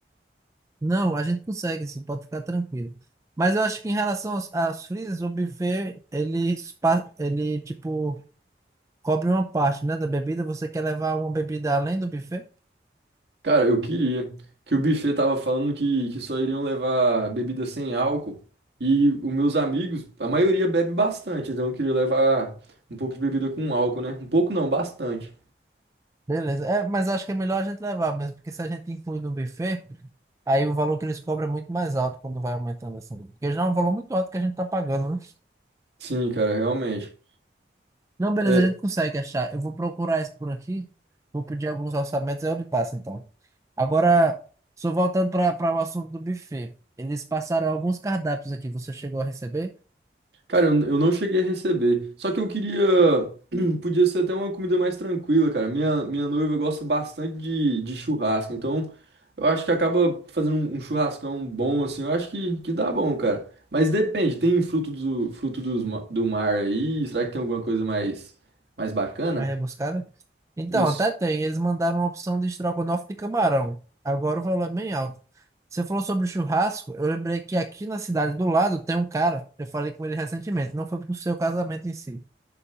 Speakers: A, on the right (about 15°); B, on the right (about 70°).
A: não, a gente consegue, sim, pode ficar tranquilo. Mas eu acho que em relação aos, aos freezers, o buffet, ele, ele, tipo, cobre uma parte, né, da bebida. Você quer levar uma bebida além do buffet?
B: Cara, eu queria. Que o buffet tava falando que, que só iriam levar bebida sem álcool. E os meus amigos, a maioria bebe bastante, então eu queria levar um pouco de bebida com álcool, né? Um pouco não, bastante.
A: Beleza. É, mas acho que é melhor a gente levar mesmo, porque se a gente inclui no buffet, aí o valor que eles cobram é muito mais alto quando vai aumentando assim. Porque já é um valor muito alto que a gente tá pagando, né?
B: Sim, cara, realmente.
A: Não, beleza,
B: É,
A: a gente consegue achar. Eu vou procurar isso por aqui, vou pedir alguns orçamentos, aí eu lhe passo então. Agora, só voltando para para o assunto do buffet. Eles passaram alguns cardápios aqui. Você chegou a receber?
B: Cara, eu, eu não cheguei a receber. Só que eu queria. <clears throat> Podia ser até uma comida mais tranquila, cara. Minha, minha noiva gosta bastante de, de churrasco. Então, eu acho que acaba fazendo um, um churrascão bom, assim. Eu acho que, que dá bom, cara. Mas depende, tem fruto do, fruto dos, ma- do mar aí? Será que tem alguma coisa mais, mais bacana?
A: Na rebuscada? Então,
B: Isso.
A: até tem. Eles mandaram uma opção de estrogonofe de camarão. Agora o valor é bem alto. Você falou sobre o churrasco, eu lembrei que aqui na cidade do lado tem um cara, eu falei com ele recentemente, não foi pro seu casamento em si,